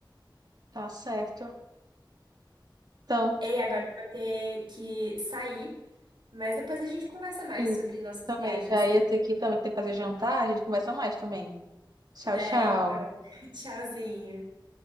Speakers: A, on the right (about 55°); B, on the right (about 75°).
A: tá certo. Então,
B: Ei, agora eu vou ter que sair, mas depois a gente conversa mais
A: sim,
B: sobre nossas
A: também.
B: viagens,
A: Já
B: tá?
A: ia ter que também ter que fazer jantar, a gente conversa mais também. Tchau,
B: né?
A: tchau.
B: Então, <laughs> tchauzinho.